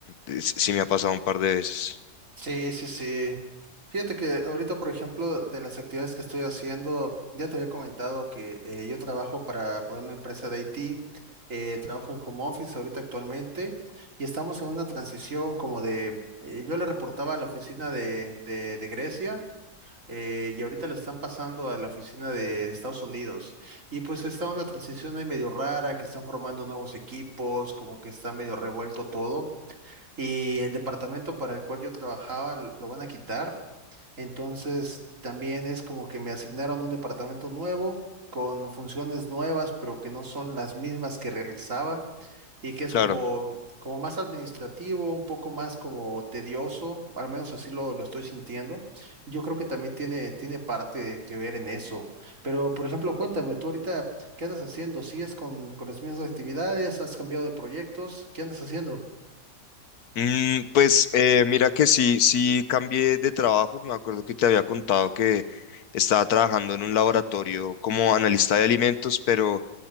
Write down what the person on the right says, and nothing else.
Sí, sí, sí. Fíjate que ahorita, por ejemplo, de las actividades que estoy haciendo, ya te había comentado que eh, yo trabajo para, para una empresa de IT, eh, trabajo en home office ahorita actualmente y estamos en una transición como de, eh, yo le reportaba a la oficina de, de, de Grecia eh, y ahorita la están pasando a la oficina de, de Estados Unidos y pues está una transición ahí medio rara, que están formando nuevos equipos, como que está medio revuelto todo y el departamento para el cual yo trabajaba lo lo van a quitar. Entonces, también es como que me asignaron un departamento nuevo con funciones nuevas, pero que no son las mismas que realizaba y que es
como, como más administrativo, un poco más como tedioso, al menos así lo, lo estoy sintiendo. Y Yo creo que también tiene, tiene parte que ver en eso. Pero, por ejemplo, cuéntame, tú ahorita, ¿qué andas haciendo? ¿Sigues con, con las mismas actividades? ¿Has cambiado de proyectos? ¿Qué andas haciendo?